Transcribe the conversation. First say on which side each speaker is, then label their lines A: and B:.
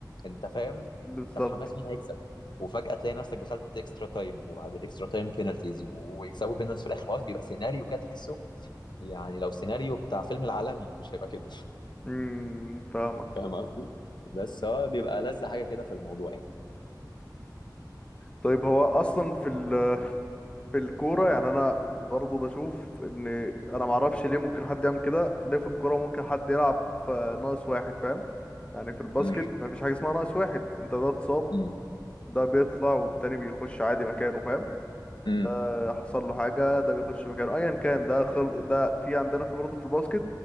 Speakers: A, on the left; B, on the left.
A: انت فاهم
B: بالظبط
A: انت في حماس مين هيكسب وفجأة تلاقي نفسك دخلت اكسترا تايم وبعد الاكسترا تايم بينالتيز ويكسبوا بينالتيز في الاخر خلاص بيبقى سيناريو كده تحسه يعني لو سيناريو بتاع فيلم العالمي مش هيبقى كده
B: امم فاهمك
A: فاهم قصدي بس هو بيبقى لذة حاجة كده في الموضوع يعني
B: طيب هو اصلا في ال في الكورة يعني أنا برضو بشوف إن أنا معرفش ليه ممكن حد يعمل كده ليه في الكورة ممكن حد يلعب في ناقص واحد فاهم يعني في الباسكت
A: امم
B: مفيش حاجة اسمها ناقص واحد أنت ده اتصاب
A: امم
B: ده بيطلع والتاني بيخش عادي مكانه فاهم ده
A: امم
B: حصل له حاجة ده بيخش مكانه أيا كان ده خل ده في عندنا في برضه في الباسكت